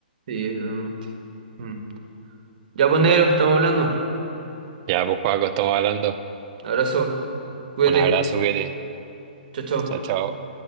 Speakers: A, on the right; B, on the right.
A: sí, realmente. Mm. Ya, pues, negro, estamos hablando.
B: Ya, pues Paco, estamos hablando.
A: Abrazo, cuídate,
B: Un abrazo, Vete.
A: chao, chao.
B: Chao, chao.